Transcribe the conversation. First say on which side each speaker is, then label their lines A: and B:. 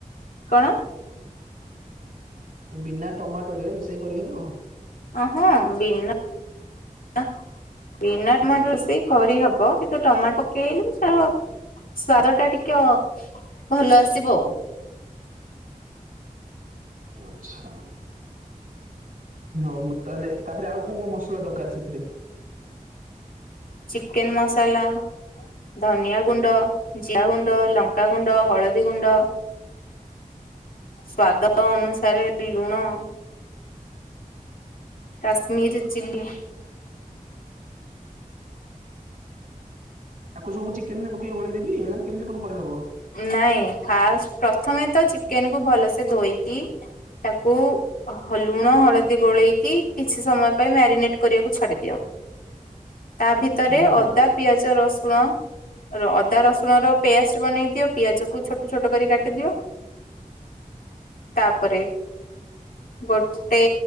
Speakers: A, on the left; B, on the right.
A: କଣ
B: ବିନା ଟମାଟୋ ରେ ରୋଷେଇ କରିହେବ?
A: ହଁ ବିନା <unintelligible> କରିହବ କିନ୍ତୁ ଟମାଟୋ ପକେଇଲେ ସ୍ଵାଦ ଟା ଟିକେ ଭଲ ଆସିବ ଆଉ।
B: ଆଛା, ହଉ ମୁଁ ତାହଲେ ତାପରେ ଆଉ କଉ କୋଉ ମସଲା ଦରକାର ସେଥିରେ?
A: ଚିକେନ ମସଲା ଧନିଆ ଗୁଣ୍ଡ, ଜିରା ଗୁଣ୍ଡ, ଲଙ୍କାଗୁଣ୍ଡ, ହଳଦୀ ଗୁଣ୍ଡ ସ୍ଵାଦ ଅନୁସାରେ ଲୁଣ କାଶ୍ମୀର ଚିଲ୍ଲି
B: ଆକୁ ସବୁ ଚିକେନରେ ପକେଇ ଗୋଳେଇ ଦେବି ନା କେମିତି କଣ କରିହେବ?
A: ନାଇଁ ଫା ପ୍ରଥମେ ତ ଚିକେନ କୁ ଭଲସେ ଧୋଇକି ତାକୁ ଲୁଣ ହଳଦୀ ଗୋଳେଇକି କିଛି ସମୟ ପାଇଁ ମ୍ୟାରିନେଟ କରିବାକୁ ଛାଡିଦିଅ।
B: <inaudible>
A: ତା ଭିତରେ
B: ହୁଁ ହୁଁ
A: ଅଦା ପିଆଜ ରସୁଣ ଅଦା ରସୁଣ ର ପେଷ୍ଟ ବନେଇ ପିଆଜ କୁ ଛୋଟ ଛୋଟ କରି କାଟିଦିଅ, ତାପରେ ଗୋଟେ